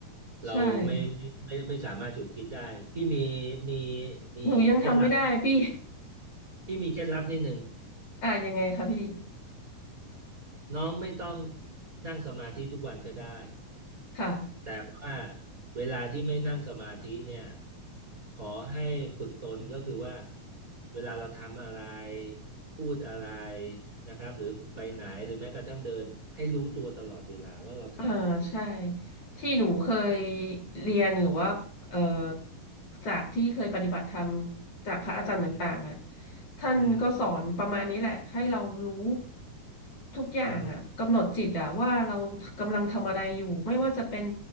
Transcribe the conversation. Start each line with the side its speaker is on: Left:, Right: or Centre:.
Right: เราไม่ไม่ไม่ไม่ไม่สามารถจุดคิดได้พี่มี
Left: ใช่
Right: มีมีเคล็ดลับ
Left: หนูยังทำไม่ได้พี่
Right: พี่มีเคล็ดลับนิดหนึ่ง
Left: <laughs> อ่ะยังไงคะพี่
Right: น้องไม่ต้องนั่งสมาธิทุกวันก็ได้
Left: ค่ะ
Right: แต่ว่าเวลาที่ไม่นั่งสมาธิเนี่ยขอให้ฝึกตนก็คือว่าเวลาเราทำอะไรพูดอะไรนะครับหรือไปไหนหรือแม้กระทั่งเดินให้รู้ตัวตลอดเวลาว่าเราทำอะไรอยู่
Left: อ่าใช่ ที่หนูเคยเรียน หรือว่าเอ่อจากที่เคยปฏิบัติธรรมจากพระอาจารย์ต่างๆอ่ะ
Right: อืม
Left: ท่านก็สอนประมาณนี้แหละ
Right: อืม
Left: ให้เรารู้ทุกอย่างอ่ะกำหนดจิตอ่ะว่าเรากำลังทำอะไรอยู่
Right: อืม
Left: ไม่ว่าจะเป็น